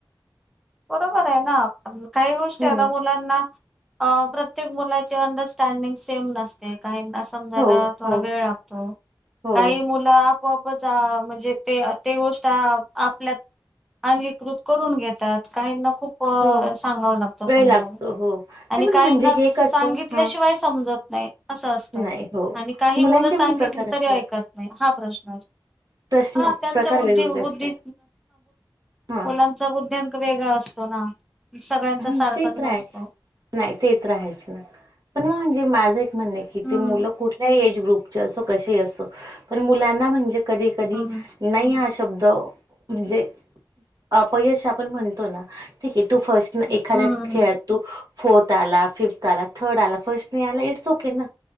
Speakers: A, in the centre; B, on the right (about 55°).
A: बरोबर आहे ना प काही गोष्टी
B: हम्म
A: आता मुलांना अ प्रत्येक मुलाचे अंडरस्टँडिंग सेम नसते. काहीना समजायला
B: हो
A: थोडा
B: हो
A: वेळ लागतो
B: हो
A: काही मुलं आपोआपच म्हणजे ते ते गोष्ट आपल्यात अंगीकृत करून घेत तात काहीना खूप
B: हो.
A: सांगावं लागतं समजायला
B: वेळ लागतो हो नाही
A: आणि
B: पण
A: काहींना
B: म्हणजे हे
A: सांगितल्या
B: कसं हा
A: शिवाय समजत तच असतं
B: नाही हो
A: आणि काही
B: मुलांचे
A: मुलं सांगितली
B: पण प्रकार असतात
A: तरी ऐकत नाही हा प्रश्न अस
B: प्रश्न
A: हा त्यांचा
B: प्रकार
A: बुद्धी
B: वेगवेगळे
A: बुद्धी
B: असतात हा
A: मुलांचा बुद्धय़ांक वे वेगळा असतो ना. सगळ्यांचा
B: ह
A: सारखाच
B: ते तर
A: नसतो.
B: आहेच नाय ते तर आहेच ना पण म्हणजे मा म्हणणं आहे
A: हम्म
B: कि मुल कुठल्या एज ग्रुप असो कसेही असो पण मुलांना म्हणजे कधी कधी
A: हम्म
B: नाही हा शब्द शब्द म्हणजे अपयश आपण म्हणतो ना ठीक आहे तू फस्ट एखाद्या
A: हम्म हम्म
B: खेळात
A: हम्म.
B: तु फोर्थ आला फिफ्थ आला थर्ड आला फर्स्ट नाही आला इटस ओके ना